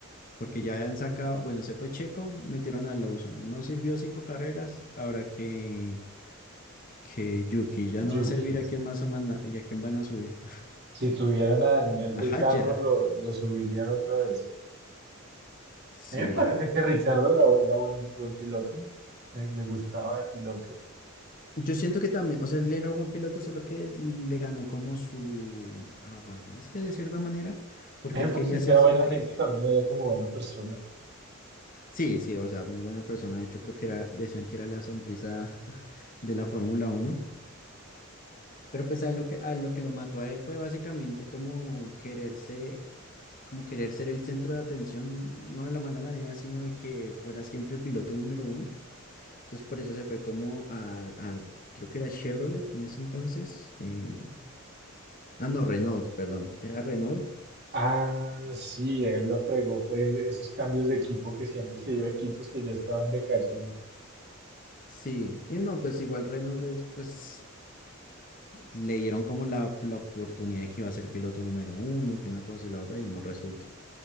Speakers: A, on the left; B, on the right.
A: porque ya han sacado, bueno, se fue Checo, metieron a Lawson, no sirvió cinco carreras, ahora que, que Yuki ya no
B: Yuki,
A: va a servir, ¿a quién más a manda- y a quién van a subir? <laughs>
B: si tuvieran a Daniel Ricardo,
A: A Hadjar,
B: lo, lo subirían otra vez.
A: sí.
B: A mí me parece que Ricardo era, bu- era buen, buen piloto, me, me gustaba de piloto.
A: Yo siento que también, o sea, él era un buen piloto, solo que le ganó como su avaricia de cierta manera, porque
B: A mí me
A: él
B: parece
A: quería
B: que
A: ser
B: era
A: siempre,
B: buena gente también, era como buena persona.
A: sí, sí, o sea, muy buena persona, de hecho creo que era, decían que era la sonrisa <laughs> de la Fórmula Uno. Pero pues a lo que, a lo que lo mató a él fue básicamente como quererse, como querer ser el centro de atención, no de la mala manera, sino de que fuera siempre el piloto número uno. Entonces por eso se fue como a, a- creo que era Chevrolet en ese entonces. eh, ah, no, Renault, perdón. Era Renault.
B: Ah, sí, él lo fregó, fue esos cambios de equipo que siempre se dio a equipos que ya estaban decayendo.
A: Sí. Y no, pues igual Renault es, pues le dieron como la, la oportunidad de que iba a ser piloto número uno, que una cosa y la otra, y no resultó.